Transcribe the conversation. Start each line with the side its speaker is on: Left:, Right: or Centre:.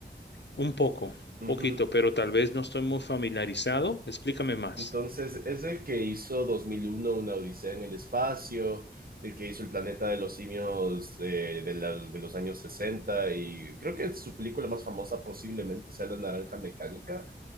Left: Un poco,
Right: Ujú,
Left: poquito, pero tal vez no estoy muy familiarizado. Explícame
Right: Eh,
Left: más.
Right: Entonces, es el que hizo 2001 Una Odisea en el Espacio, el que hizo El Planeta de los Simios eh, de, la- de los años 60 y creo que su película más famosa posiblemente sea La Naranja Mecánica,